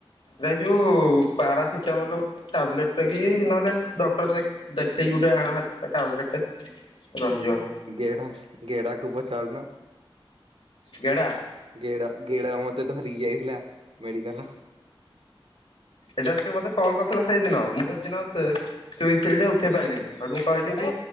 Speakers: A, on the left (about 80°); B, on the right (about 85°).
A: ଏ ଯୋଉ ପାରାସିଟାମଲ ଟାବଲେଟ୍ କି ନହେଲେ ଡକ୍ଟର ଦେଖେଇ ଦେଖେଇକି ଗୋଟେ ଆଣ ଟାବଲେଟ୍ ଟେ। ରହିଜ।
B: ଗେଢା ଗେଢାକୁ ପଚାରୁନ?
A: ଗେଡ଼ା।
B: ଗେଡା ଗେଡା ମତେ ଧରିକି ଆଇଥିଲା ମେଡିକାଲ।
A: ଏଟା ଟିକେ ମତେ କଲ୍ କରିଥିଲା ସେଇଦିନ ମୁଁ ସେଦିନ ସେ ସେଟିରୁ ଉଠେଇ ପାରିଲିନି। ସେଠୁ ମୁଁ କହିଲି କି